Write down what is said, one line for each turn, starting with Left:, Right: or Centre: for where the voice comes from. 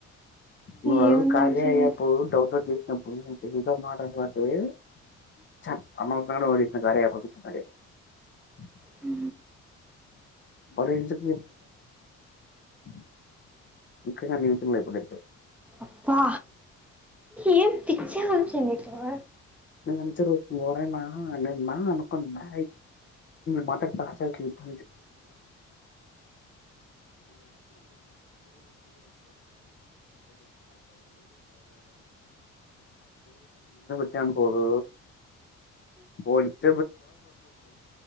Left: నువ్వు అడుగు
Centre: ఏముంది
Left: కార్య
Centre: వంశీ దాంట్లో
Left: యాప్ డౌన్లోడ్ చేసీ <unintelligible>
Centre: హ్
Left: బరే ఇంచాకు <unintelligible> ఇక్కడ న్యూస్ లేవు ఇప్పుడైతే
Centre: అప్పా ఏం పిక్చర్ వచ్చింది ఇక్కడ
Left: <unintelligible> నిన్న అనుకున్నా మాట్లాడుత ఆచార్యాను <unintelligible> ఏం పోదు పోలిచ్చ